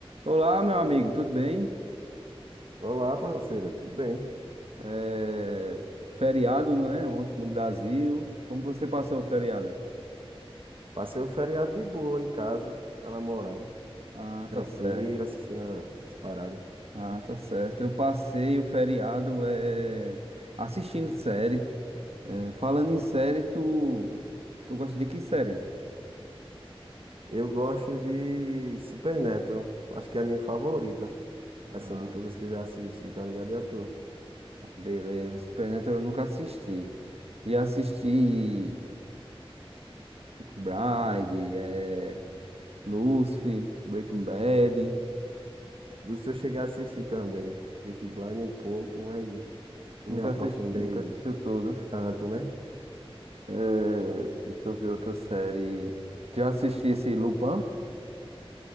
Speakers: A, on the right; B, on the right.
A: Olá, meu amigo, tudo bem?
B: Olá, parceiro, tudo bem?
A: É... Feriado, não é? Ontem no Brasil. Como você passou o feriado?
B: Passei o feriado de boa em casa, com a namorada,
A: Ah,
B: tranquilo,
A: tá certo.
B: assistindo a- as paradas.
A: Ah, tá certo. Eu passei o feriado é... assistindo série. É, Falando em série, tu... tu gosta de que série?
B: Eu gosto de Supernatural, acho que é a minha favorita, assim,
A: Ah,
B: de todas que eu já assisti, tá ligado? E a tua?
A: beleza. Supernatural eu nunca assisti. E assisti Peaky Blinders, é... Lucifer, Breaking Bad.
B: Lúcio eu cheguei a assistir também, Peaky Blinders um pouco, mas não
A: Nunca
B: me aprofundei
A: assisti... nunca assistiu tudo.
B: tanto, né?
A: É, deixa eu ver outra série. Já assisti esse Lupin?